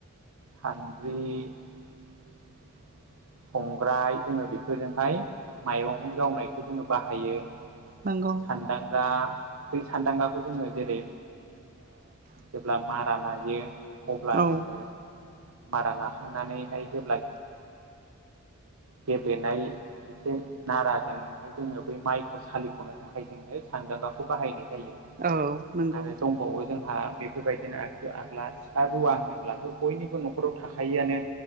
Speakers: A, on the right (about 75°); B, on the right (about 40°).
A: सानद्रि <unintelligible> संग्राय जोङो बेफोरजोंहाय माइरं गावनायखौ जोङो बाहायो
B: नंगौ
A: सानदांगा ब सानदांगाखौ जोङो जेरै जेब्ला मारा नायो अब्ला
B: औ
A: जोङो मारा लााखांनानैहाय जेब्ला गेब्लेनाय एसे नाराजों मथाय जोङो बै माइखौ सालिख'नो थाखाय जोङो सानदांगाखौ बाहायनाय जायो
B: औ नंगौ
A: आरो दंबावो जोंहा बेफोरबायदिनो आग्लासिखा रुवा होनोब्लाथ' बयनिबो न'खराव थाखआनो